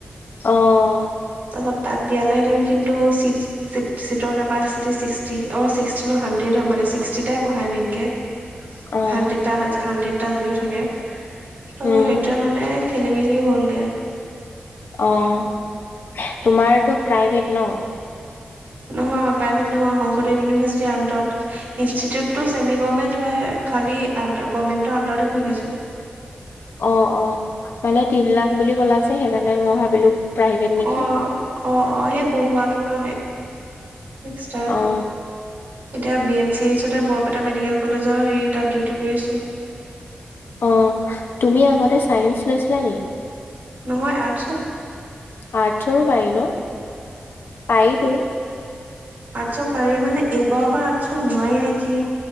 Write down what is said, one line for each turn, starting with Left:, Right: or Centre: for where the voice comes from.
Left: অ'
Right: অ তাত দিয়ালেহেতেন কিন্তু চিটচ চিট চিটৰ কেপাচিটি ছিক্সটি অ' ছিক্সটিনো হাড্ৰেড মানে ছিক্সটি টাই পঢ়ায় মেইনকে
Left: অ',
Right: হাণ্ডেডটা হা হাণ্ডেড টা যদিও থাকে ত'
Left: উম,
Right: সেইটোৱে মানে খেলি মেলি হ'লগে
Left: অ' তোমাৰ এইটো প্ৰাইভেট ন?
Right: নহয় প্ৰাইভেট নহয় শংকৰদেৱ ইউনিভাৰ্চিটিৰ আন্দাৰত। ইনষ্টিটিউটটো ছেমি গভমেণ্ট হয় খালি আন-গভমেণ্টৰ আণ্ডাৰতে পঢ়ি আছোঁ।
Left: অ', অ' মানে তিন লাখ বুলি ক'লা যে সেইকাৰণে মই ভাবিলোঁ প্ৰাইভেট নেকি।
Right: অ অ', অ' সেই পঢ়োৱাটো কাৰণে এক্সট্ৰা।
Left: অ',
Right: এতিয়া বি এম চি এইচতে বৰপেটা মেডিকেল কলেজৰ হেৰি তাত ডিউটি কৰি আছোঁ।
Left: অ' তুমি আগতে চাইন্স লৈছিলা নেকি?
Right: নহয় আৰ্টছৰ।
Left: আৰ্টছৰো পাৰি ন'? পাৰিতো।
Right: আৰ্টছৰ পাৰি মানে এইবাৰৰ পৰা আৰ্টছৰ নোৱাৰি নেকি,